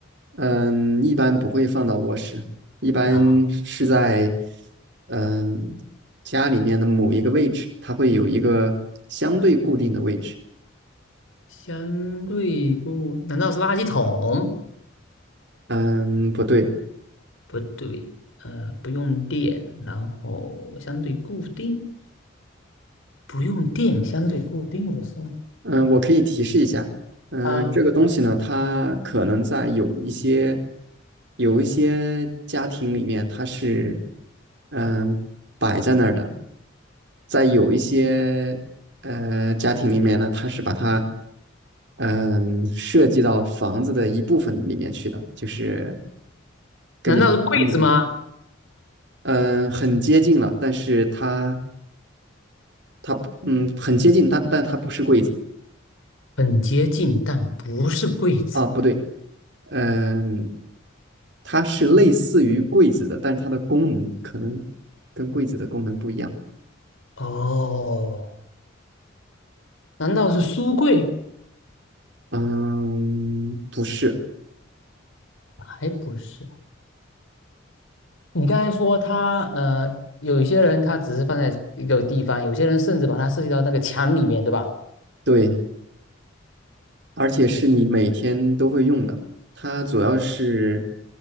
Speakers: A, on the right; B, on the left.
A: 嗯，一般不会放到卧室，一般是在，
B: 啊。
A: 嗯，家里面的某一个位置，它会有一个相对固定的位置。
B: 相对不，难道是垃圾桶？
A: 嗯，不对，
B: 不对，呃，不用电，然后相对固定，不用电，相对固定的是
A: 嗯，我可以提示一下，嗯，
B: 啊？
A: 这个东西呢，它可能在有一些有一些家庭里面，它是嗯摆在那儿的，在有一些呃家庭里面呢，它是把它嗯设计到房子的一部分里面去的，就是根据它的功能，
B: 难道是柜子吗？
A: 嗯，很接近了，但是它它不嗯很接近，但但它不是柜子
B: 很接近，但不是柜子。
A: 啊，不对。嗯，它是类似于柜子的，但是它的功能可能跟柜子的功能不一样。
B: 哦，难道是书柜？
A: 嗯，不是，
B: 还不是。你刚才说它，呃，有一些人他只是放在一个地方，有些人甚至把它设计到那个墙里面，对吧？
A: 对，而且是你每天都会用的。它主要是，